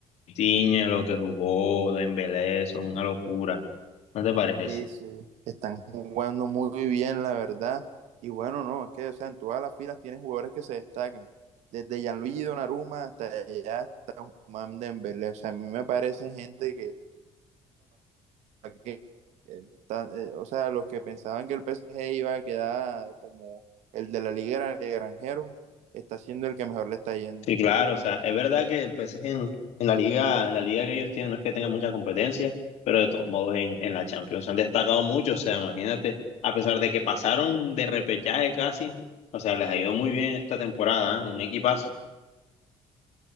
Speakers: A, on the left; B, on the right.
A: Tiñe, lo que jugó Dembélé, eso es una locura. ¿No te parece?
B: Sí, sí. Están jugando muy bien, la verdad. Y bueno, no, es que, o sea, en todas las filas tienen jugadores que se destacan. Desde Gianluigi Donnarumma hasta ya Mam Dembélé. O sea, a mí me parece gente que que, eh, ta- eh, o sea, los que pensaban que el PSG iba a quedar como el de la Liga de Granjeros, está siendo el que mejor le está yendo.
A: Sí, claro, o sea, es verdad que el PSG en, en la liga, en la liga que ellos tienen no es que tengan mucha competencia, pero de todos modos en, en la Champions han destacado mucho, o sea, imagínate, a pesar de que pasaron de repechaje casi, o sea, les ha ido muy bien esta temporada, ¿eh? Un equipazo.